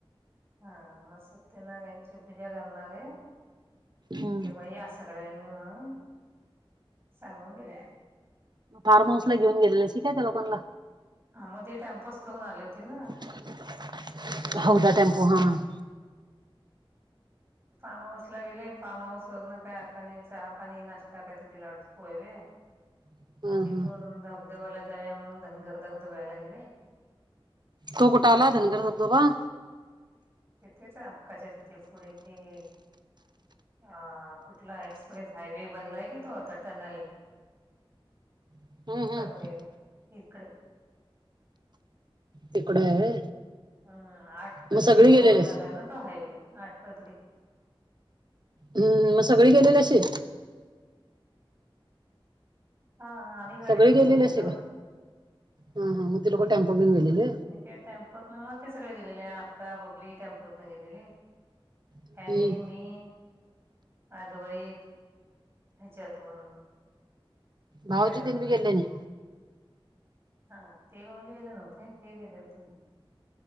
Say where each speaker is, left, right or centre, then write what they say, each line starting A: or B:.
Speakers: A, on the right (about 25°); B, on the right (about 50°).
A: हा म सत्यनारायणची पूजा घालणारेये.
B: हम्म
A: तेव्हा या सगळ्यांनी म्हणून <inaudible> सांगून गेल्या.
B: म फार्म हऊस ला घेऊन गेलेले शिकाय त्या लोकांना
A: ह म ते टॅम्पोचं करून आले होते ना.
B: <inaudible> हौदा टेम्पो भरुन.
A: फार्म हाऊस ला गेले फार्म हाऊस वरनं का कणिस सा पाणी नाष्टा कायतरी दिला वाटते पोहे बिये मगं
B: हम्म
A: तिथून
B: हम्म
A: धबधब्याला जाऊया म्हणून धनगर धबधब्याला गेले.
B: तो कुठं आला धनगर धबधबा?
A: तिथेच आहे अक्काच्या तिथे पुढे ते आ कुठला एक्सप्रेस हायवे बनलाय कि तो आता टनल
B: हम्म हम्म
A: पनवेल इकडे.
B: तिकड आहे.
A: हां आठ पदरी
B: मग सगळी गेलेली
A: रोड झालाय
B: आहेस
A: ना तो हायवे आठ पदरीं.
B: हम्म म सगळी गेलेलीशी.
A: हां आम्ही गाडी
B: सगळी
A: वरून
B: गेलेली
A: गेलेलो
B: अशी का
A: हां.
B: हा हा मग ते लोक टेम्पो घेऊन गेलेले
A: त्या टॅम्पोतन म ते सगळे गेलेले आक्का बबली टॅम्पोतन गेलेले.
B: हम्म
A: काही नाई मी अद्वैत. ह्याच्यातून
B: भाऊजी
A: गाडीवरन
B: तीन बी गेले नी.
A: हा ते भाऊजी गेले नव्हते ते गेले होते.